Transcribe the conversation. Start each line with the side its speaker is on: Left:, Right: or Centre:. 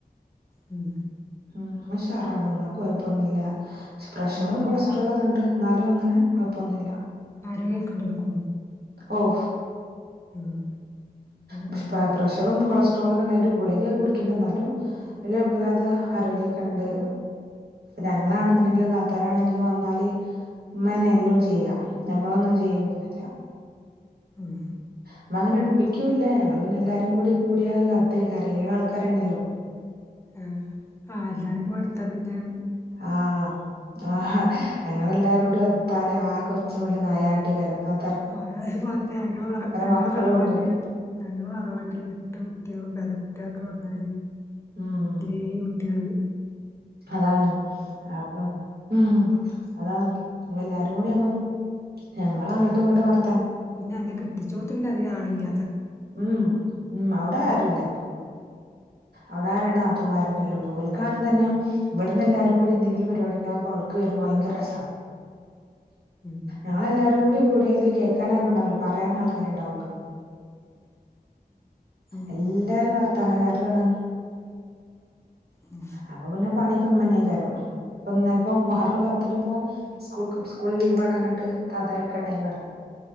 Left: ഉം
Right: ഉം ഇമ്മ ഉഷാറാണ് ഇമ്മാക്ക് കൊഴപ്പൊന്നുല്ല പ്രഷറും
Left: ഉമ്മാക്കിപ്പം
Right: കൊളസ്ട്രോളൊക്കെ ഇണ്ട് ഇന്നാലും അങ്ങനെ കൊഴപ്പൊന്നുല്ല
Left: ആരോഗ്യെക്കെ ഇണ്ടെര്‌ക്കും
Right: ഓഹ്
Left: ഉം അത്ണ്ടായാ
Right: പഷ്
Left: മതി
Right: പ്രെഷറും കൊളസ് ളൊക്കെ ഇണ്ടായിട്ട് ഗുളികക്കെ കുടിക്കിണ്ട് ഇന്നാലും വല്ല്യ ഒയ്പ്പല്ലാതെ ആരോഗ്യക്കെഇണ്ട് ഞങ്ങളാണ്ന്ന്ണ്ടെങ്കിലും
Left: ഉം
Right: താ ത്തരാണെങ്കിലും വന്നാല് ഇമ്മന്നെ എല്ലോം ചെയ്യാ ഞമ്മളൊന്നും ചെയ്യാെ ന്നില്ല
Left: ഉം
Right: ഇമ്മ അങ്ങനെ ഇട്പ്പിക്കൂല്ല ഞങ്ങള് പിന്നെ എല്ലാരും കൂടി കൂട്യാ ഒരു കഥേ ക്കാരം ഏഴാ ആൾക്കാര്ണ്ടല്ലോ
Left: ആഹ് ആഹ് എല്ലാരും കൊട്ത്താപിന്നെ
Right: ആഹ് ആഹാ ഞങ്ങെല്ലാരോടിം ഒത്താല് ആകെ ഒച്ചിം പുളിം നായാട്ടൊയ്കാരം ത്ത
Left: ആഹ് <unintelligible> നങ്ങള
Right: മക്കളും
Left: തറവാട്ടയില്
Right: ഉണ്ട്
Left: ന്നു ഞങ്ങളെ തറവാട്ടില് വിട്ട കുട്ട്യാളും പേര കുട്ട്യാകളൊക്കെ വന്നാല് ഇത്രീം
Right: ഉം
Left: കു ട്ട്യാണത്
Right: അതാണ് അപ്പ ഉം അതാണ് ഞങ്ങളഎല്ലാരും കൂടി ആവുമ്പം ഞങ്ങള് അങ്ങോട്ടും ഇങ്ങോട്ടും വർ
Left: പിന്നെ അന്റെ കെട്ടിച്ചോട്ത്ത് പിന്നെ അധികാളില്ല
Right: ഉംഹും ഉം അവിടെ ആരുല്ല അവ്ടെ ആരണ്ട് നത്തൂമാരനല്ലേ ഒള്ളൂ ഓൽക്കാണുംതന്നെ ഇവട്ന്ന് എല്ലാരും കൂടി എന്തെങ്കിലും പരിപാടിണ്ടാകുമ്പോ അവ്ട്ക്ക് വരുമ്പോ ഭയങ്ക രസാ
Left: ഉം
Right: ഞങ്ങളെല്ലാരും കൂടി കൂട്യാല് കേക്കാനാരുണ്ടാവൂല പറയാനാ ആൾക്കാര് ഇണ്ടാവൊള്ളു
Left: ഉം
Right: എല്ലാരും വർത്താനക്കാരോണ്
Left: ഉം
Right: അപ്പ പിന്നെ പണിക്കെ ഇമ്മന്നെക്കാരം ഇപ്പ ഇന്നേപ്പം മൊഹറം പത്തിനും പോ സ്കൂൾക്ക് സ്കൂള് ലീവാണാർഞ്ഞ്ട്ട് താത്താരൊക്കെ ഇണ്ടെയ്നി ഇവടെ